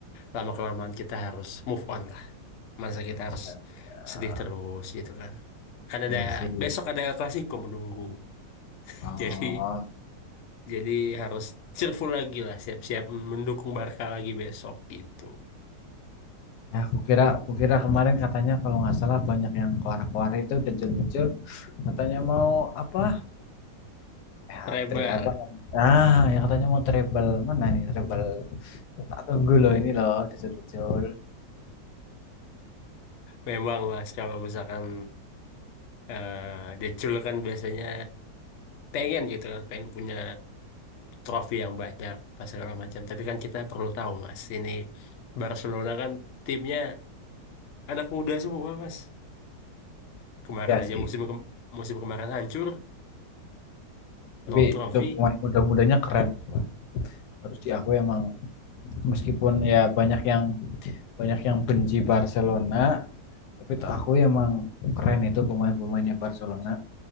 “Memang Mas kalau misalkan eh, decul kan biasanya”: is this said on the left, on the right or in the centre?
Left